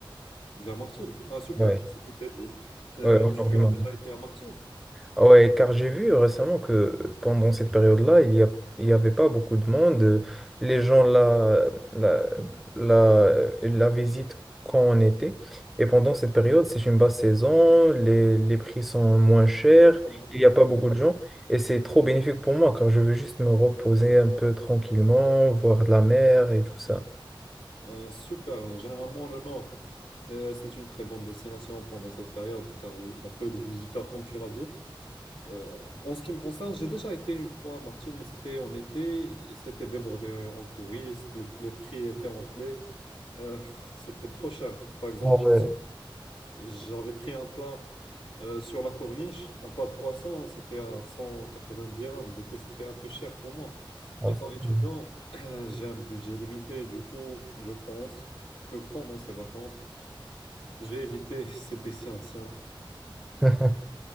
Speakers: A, on the left; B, in the centre.
A: Vers Martil. Ah, super,
B: Ouais,
A: c'est une belle ville. Euh,
B: ouais, au
A: tu
B: nord du Maroc.
A: as déjà été à Martil?
B: Ah Ouais, car j'ai vu récemment que pendant cette période-là, il y a, il y avait pas beaucoup de monde. Euh, Les gens la, la, la, la visitent quand on était. Et pendant cette période, c'est
A: Mhm.
B: une basse saison, les, les prix sont moins chers,
A: Et ça marche,
B: il n'y
A: oui.
B: a pas beaucoup de gens. Et c'est trop bénéfique pour moi, car je veux juste me reposer un peu tranquillement, voir de la mer et tout ça.
A: Euh, super. Généralement, le Nord, euh, c'est une très bonne destination pendant cette période car il y a peu de visiteurs, comme tu l'as dit. Euh, en ce qui me concerne, j'ai déjà été une fois à Martine, mais c'était en été. et C'était débordé en touristes, les, les prix étaient enflés. Euh, c'était trop cher. Par exemple,
B: Ah ouais.
A: j'avais pris un plat euh, sur la corniche, un plat de poisson, c'était à 190 dirhams. Du coup, c'était un peu cher pour moi.
B: Ah,
A: Étant
B: c'est
A: étudiant,
B: cool.
A: <clears throat> j'ai un budget limité. Du coup, je pense que pendant ces vacances, j'ai évité <laughs> ces destination.
B: <laughs>